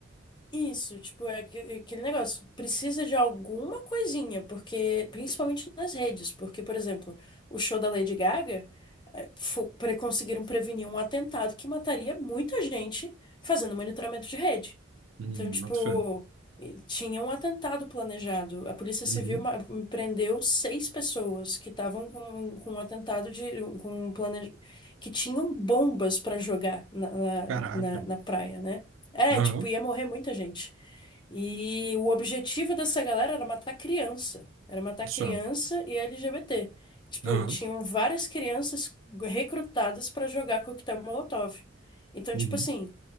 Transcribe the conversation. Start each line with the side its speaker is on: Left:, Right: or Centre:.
Left: isso, tipo, é aque- é aquele negócio, precisa de alguma coisinha, porque, principalmente nas redes, porque, por exemplo, o show da Lady Gaga, é, fo- pre- conseguiram prevenir um atentado que mataria muita gente fazendo monitoramento de rede.
Right: Hum,
Left: Então, tipo,
Right: boto fé.
Left: e tinha um atentado planejado, a Polícia
Right: Uhum.
Left: Civil ma- prendeu seis pessoas que estavam com, com um atentado de, com um plane... que tinham bombas para jogar na, na,
Right: Caraca.
Left: na na praia, né? É,
Right: Aham.
Left: tipo, ia morrer muita gente. E o objetivo dessa galera era matar criança. Era matar criança
Right: Só.
Left: e LGBT. Tipo,
Right: Aham.
Left: tinham várias crianças recrutadas pra jogar coquetel Molotov. Então,
Right: Uhum.
Left: tipo assim,